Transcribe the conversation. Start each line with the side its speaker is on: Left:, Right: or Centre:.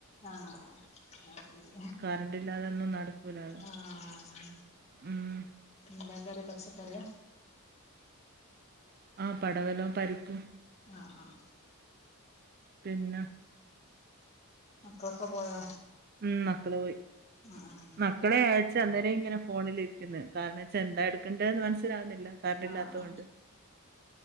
Left: ആഹ ആ ശരി
Right: കറണ്ട് ഇല്ലാതൊന്നും നടക്കൂലാലോ
Left: ആഹ
Right: ഉം
Left: ഇന്ടാ കറി പക്ഷക്കറിയ
Right: ആ പടവലം പരിപ്പും
Left: ആഹ് ആഹ
Right: പിന്നെ
Left: മക്കളൊക്കെ പോയോ
Right: മ മക്കള് പോയി
Left: ആഹ്
Right: മക്കളെ ആഴച്ച അന്നേരം ഇങ്ങനെ ഫോണിൽിരിക്കുന്ന നാവച്ച എന്താ എടക്കേണ്ടേ ന്ന് മനസ്സിലാവില്ല കർഡ് ഇല്ലാത്തോണ്ട്
Left: ആഹ്